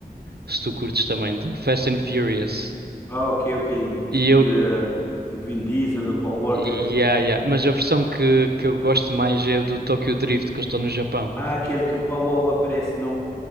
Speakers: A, on the right (about 75°); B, on the left (about 20°).
A: se tu curtes também, do Fast and Furious.
B: Ah, ok, ok.
A: E
B: Filho
A: eu,
B: de, do Vin Diesel, do Paul Walker.
A: Yeah, yeah. Mas a versão que, que eu gosto mais é o do Tokyo Drift, que eu estou no Japão.
B: Ah, aquele que o Paul Walker aparece, não?